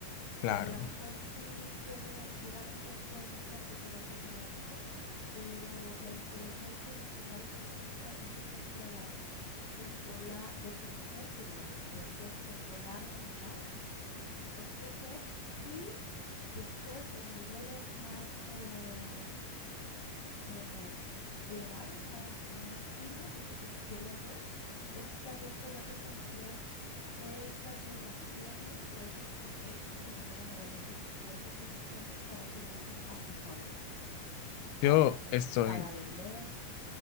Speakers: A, on the left; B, on the left.
A: que
B: Claro,
A: a lo mejor sí tiene, digamos, este, este antecedente genético, pero la inteligencia emocional consiste en que tú puedas controlar, reconocer primero y después controlar, dominar en tu propio ser y después en niveles más eh, eh, elevados, más, más finos, di- di- diría yo, es también poder reconocer esas emociones o esos contextos que generan a la vez es- ciertas emociones para que lo uses a tu favor. ¿Cómo?
B: yo estoy,
A: Para vender